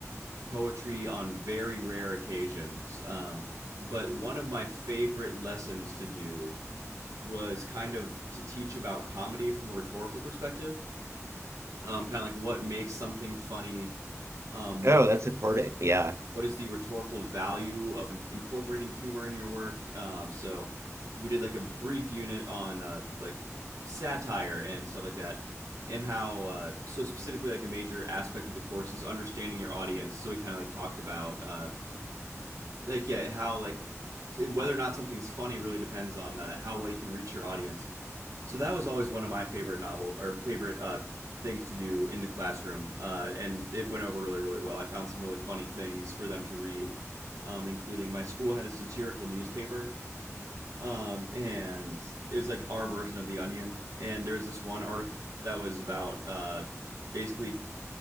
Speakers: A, on the right; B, on the right.
A: poetry on very rare occasions. Um, but one of my favorite lessons to do was kind of to teach about comedy from a rhetorical perspective, um, kind of like what makes something funny, um, what
B: Oh, that's important. Yeah.
A: what is the rhetorical value of incorporating humor in your work. Um, so we did like a brief unit on uh, like satire and stuff like that, and how uh, so specifically like a major aspect of the course is understanding your audience. So we kind of like talked about uh, like yeah, how like whether or not something's funny really depends on uh, how well you can reach your audience. So that was always one of my favorite novel or favorite uh, things to do in the classroom, uh, and it went over really really well. I found some really funny things for them to read, um, including my school had a satirical newspaper, um, and it was like our version of the Onion. And there was this one article that was about uh, basically